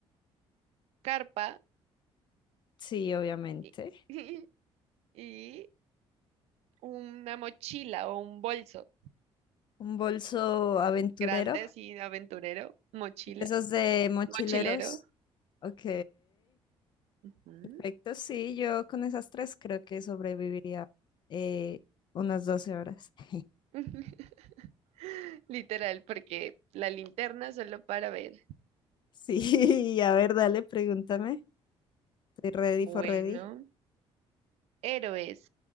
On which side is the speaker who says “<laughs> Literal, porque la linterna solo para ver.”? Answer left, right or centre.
Right